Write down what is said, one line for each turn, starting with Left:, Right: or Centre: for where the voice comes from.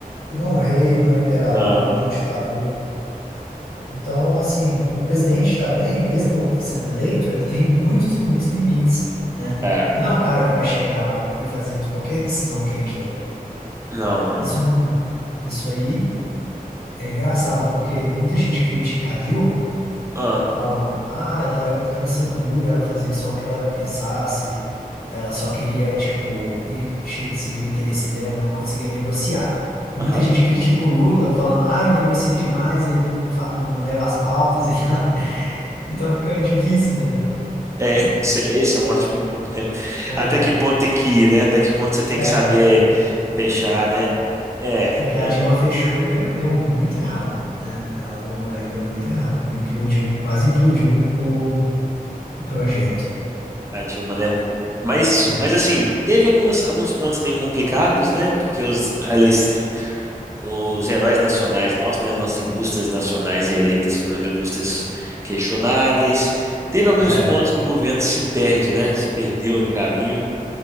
Left: ele não é um rei, não é um imperador,
Right: Não,
Left: não é um ditador. Então, assim, o presidente também, mesmo sendo eleito, ele tem muitos e muitos limites, né?
Right: é.
Left: Ele não é um cara que vai chegar lá e fazer qualquer decisão que ele quer.
Right: Não, não.
Left: Isso não, isso aí é engraçado, porque muita gente critica a Dilma,
Right: Ah,
Left: falando, ah, ela era muito cabeça dura, ela fazia só o que ela pensasse, ela só queria, tipo, ir- che- seguir o interesse dela, não conseguia negociar. E
Right: aham.
Left: muita gente critica o Lula, falando, ah, ele negocia demais, ele não, fa- não leva as pautas e tal. <laughs> Então fica difícil, entendeu?
Right: É, <laughs> esse, esse é um ótimo ponto mesmo.
Left: É,
Right: Até que ponto tem que ir, né? Até que ponto você tem
Left: é,
Right: que saber fechar, né? É,
Left: porque a
Right: é,
Left: Dilma fechou e deu, deu muito errado, né? Ela deu, aí deu muito errado. Implodiu, quase implodiu o o projeto,
Right: a Dilma, né? Mas,
Left: né?
Right: mas assim, teve algumas, alguns pontos bem complicados, né? Porque os, eles, os heróis nacionais nossos, né? As nossas indústrias nacionais eleitas foram indústrias questionáveis. Teve alguns
Left: É.
Right: pontos que o governo se perde, né? Se perdeu no caminho.